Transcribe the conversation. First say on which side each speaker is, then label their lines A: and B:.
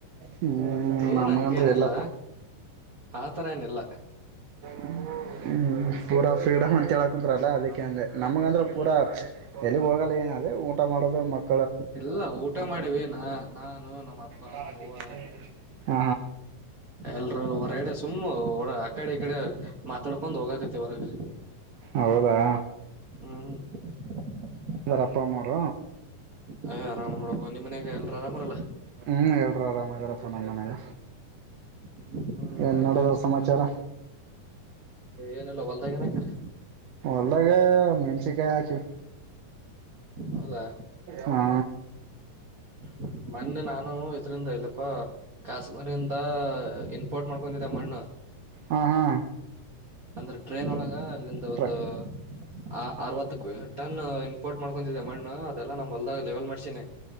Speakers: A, on the right; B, on the right.
A: ಹ್ಮ್
B: ಏನ್
A: ನಮಗಂದ್ರು
B: ಹಂಗೇನಿಲ್ಲ
A: ಎಲ್ಲಪ್ಪ
B: ಆತರೇನಿಲ್ಲ
A: ಹೂ ಪೂರ ಫ್ರಡಮ್ ಅಂತೇಳ ಕುಂತ್ರಲ್ಲ ಅದಕ್ಕೆ ಯಾ ಅಂದ್ರೆ ನಮಗ ಅಂದ್ರೆ
B: ಹ್ಮ್
A: ಪೂರಾ ಎಲ್ಲಿಗ್ ಹೋಗಲ್ಲ ಏನ್ರ ಊಟ ಮಾಡಿದ್ರೆ ಮತ್
B: ಇಲ್ಲ ಊಟ ಮಾಡಿವಿ ನ ನಾನು ನಮ್ಮ ಅಪ್ಪ
A: ಹ
B: ನಮ್ಮವ್ವ ಎಲ್ರೂ ಹೊರಗಡೆ ಸುಮ್ಮ್ ಆ ಕಡೆ ಈ ಕಡೆ ಮಾತಾಡ್ಕೊಂಡ್ ಹೋಗಾಕತಿ ಹೊರಗೆ
A: ಹೌದಾ.
B: ಹ್ಮ
A: ವರ ಅಪ್ಪ ಅಮ್ಮರ.
B: ಹ ಆರಾಮ್ ನೋಡಪ ನಿಮ್ ಮನ್ಯಾಗ ಎಲ್ರ ಆರಾಮರಲ್ಲ
A: ಹ್ಮ್ ಎಲ್ರೂ ಆರಾಮದಾರ. ತ ನನಗೆ
B: ಹ್ಮ್ ಹ್ಮ್
A: ಏನ್
B: ಮತ್ತೆ
A: ನೋಡದ ಸಮಾಚಾರ.
B: ಏನಿಲ್ಲ ಹೊಲ್ದಾಗ ಏನಾಕಿರಿ
A: ಅಲ್ಲಗ ಮೆನ್ಸಿಕಾಯ ಆಕಿವಿ.
B: ಹೌದಾ
A: ಹಾ
B: ಹ್ಮ್ ಹ್ಮ್ ಮೊನ್ನೆ ನಾನು ಇದರಿಂದ ಇಲ್ಲ ಅ ಕಾಶ್ಮೀರಿಂದ ಇಂಪೋರ್ಟ್ ಮಾಡ್ಕೊಂಡಿದೆ ಮಣ್ಣ
A: ಹಾ ಹಾ
B: ಅಂದ್ರೆ ಟ್ರೈನ್ ಒಳಗ ಒ
A: ಟ್ರ
B: ಅರವತ್ತಕ್ಕೂ ಟನ್ ಇಂಪೋರ್ಟ್ ಮಾಡ್ಕೊಂಡಿದೆ ಮಣ್ಣ ಅದೆಲ್ಲ ನಮ್ ಹೊಲ್ದಾಗ ಲೆವೆಲ್ ಮಾಡಸಿನಿ